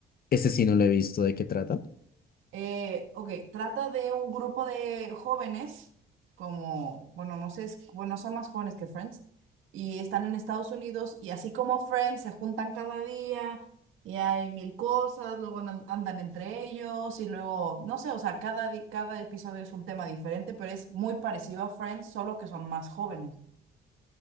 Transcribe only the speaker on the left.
ese sí no lo he visto, ¿de qué trata?